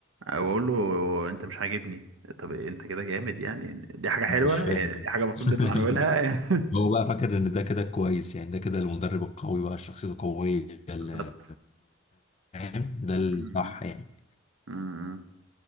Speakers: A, on the right; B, on the left.
A: واقول له انت مش عاجبني طب انت كده جامد يعني دي حاجة حلوة
B: مش فاهم
A: يعني دي حاجة المفروض
B: <laughs>
A: نطلع نقولها <laughs>
B: هو بقى فاكر ان ده كده كويس يعني ده كده المدرب القوي بقى شخصيته قويه ال-
A: بالظبط
B: فاهم ده الصح
A: م-
B: يعني
A: م-